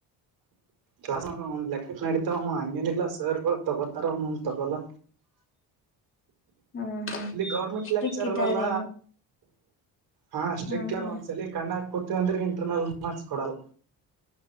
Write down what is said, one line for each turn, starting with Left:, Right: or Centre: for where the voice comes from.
Right: ಕ್ಲ ಒಂದ್ ಲೆಕ್ಕಕ್ ನಡತಾವಮ್ಮ ಹಂಗೇನಿಲ್ಲಾ ಸರ್ಗಳು ತಗೋತಾರ ಅಮ್ಮಂಗ ತಗೊಲ್ಲ.
Left: ಹ್ಮ್ ಹ್ಮ್
Right: ಇಲ್ಲಿ ಗೌರ್ಮೆಂಟ್
Left: ಸ್ಟ್ರಿಕ್
Right: ಲೆಕ್ಚರರ್
Left: ಇದ್ದಾರೇನು
Right: ಎಲ್ಲ ಹ ಸ್ಟ್ರಿಕ್ಟ್
Left: ಹ್ಮ್ ಹ್ಮ್
Right: ಒಂದ್ಸಲ ಕಣ್ಣಕಿ ಕು ಅಂದ್ರ ಇಂಟರ್ನಲ್ ಮಾರ್ಕ್ಸ್ ಕೊಡಲ್ಲ.